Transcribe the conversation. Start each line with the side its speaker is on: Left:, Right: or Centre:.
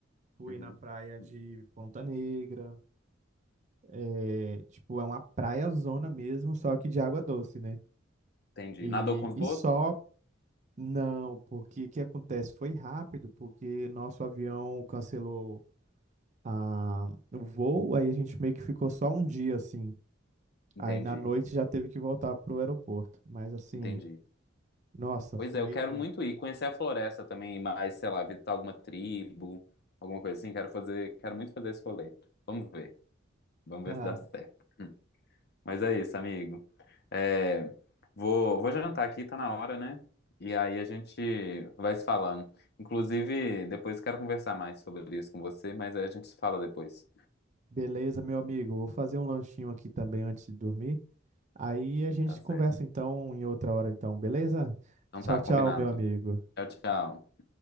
Right: fui
Left: uhum.
Right: na praia
Left: hum,
Right: de Ponta Negra, É, tipo, é uma praia zona mesmo, só que de água doce, né?
Left: Entendi.
Right: E,
Left: Nadou com os
Right: e
Left: botos?
Right: só não, porque o que acontece? Foi rápido, porque nosso avião cancelou a, o voo, aí a gente meio que ficou só um dia assim.
Left: Entendi,
Right: Aí na noite já teve que voltar pro aeroporto. Mas assim,
Left: entendi.
Right: nossa,
Left: Pois
Right: foi.
Left: é, eu quero muito ir conhecer a floresta também, mas sei lá, visitar alguma tribo, alguma coisa assim. Quero fazer, quero muito fazer esse rolê. Vamos ver, vamos ver
Right: Ah,
Left: se dá certo. Mas é isso, amigo. É, vou, vou jantar aqui, tá na hora, né? E aí a gente vai se falando. Inclusive, depois quero conversar mais sobre isso com você, mas aí a gente se fala depois.
Right: beleza, meu amigo, vou fazer um lanchinho aqui também antes de dormir. Aí a gente
Left: Tá certo.
Right: conversa então em outra hora, então, beleza?
Left: Então
Right: Tchau,
Left: tá, combinado.
Right: tchau, meu amigo.
Left: Tchau, tchau.